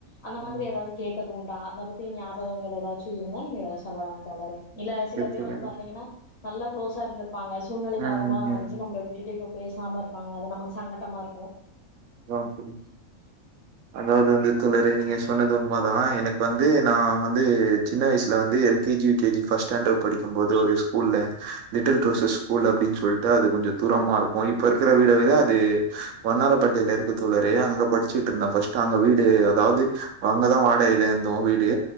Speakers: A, on the left; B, on the right.
A: அந்த மாரி
B: ம்
A: ஏதாவது கேட் டது உண்டா அத பத்தி ஞாபகங்கள் ஏதாச்சு இருந்தா நீங்க சொல்லலாம் தோழரே இல்ல சில
B: சரி
A: பேர்
B: தோழரே
A: வந்து பாத்தீங்கன்னா நல்லா கொளோஸா இருந்திருப்பாங்க சூழ்நிலை
B: ம்
A: கார்னமா வந்துட்டு
B: ம்
A: நம்ள விட்டுட்டு இப்ப பேசாம இருப்பாங்க அது நமக்கு சங்கடமா இருக்கும்
B: ஆ சரி அதாது வந்து தோழரே நீங்க சொன்னது உண்மதா எனக்கு வந்து நா வந்து சின்ன வயசுல வந்து L K G U K G first standard படிக்கும்போது ஒரு ஸ்கூல்ல லிட்டில் ரோஸஸ்
A: ம்
B: கூல் அப்டின்னு சொல்ட்டு அது கொஞ்சம் தூரமா இருக்கும் இப்ப இருக்கிற வீட விட அது வன்னாரப்பேட் டைவ் இருக்கு தோழரே அங்க படிச்சுட்டு இருந்த ஃபஸ்ட்டு அங்க வீடு அதாது அங்கதா வாடகையில இருந்தோ வீடு